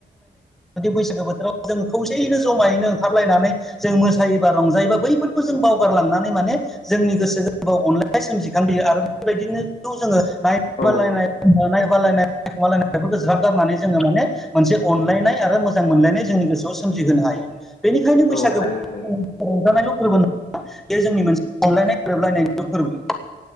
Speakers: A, in the centre; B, on the left (about 55°).
A: बैसागो बोथोराव जों खौसेयैनो जमायैनो ओंखारलायनानै जों मोसायोबा रंजायोबा बैफोरखौ जों बावगारलांनानै माने जोंनि गोसो गोरबोआव अनलायनाय सोमजिखांबोयो आरो बेबायदिनो जोङो नाय
B: औ
A: <unintelligible> गारनानै जोङो माने मोनसे अनलायनाय आरो मोजां मोनलायनाय जोंनि गोसोआव सोमजिहोनो हायो। बेनिखायनो बैसागो
B: औ हायो हायो
A: <inaudible> रंजानायल' फोर्बो नङा बे जोंनि मोनसे अनलायनाय गोरोबलायनायनिबो फोर्बो।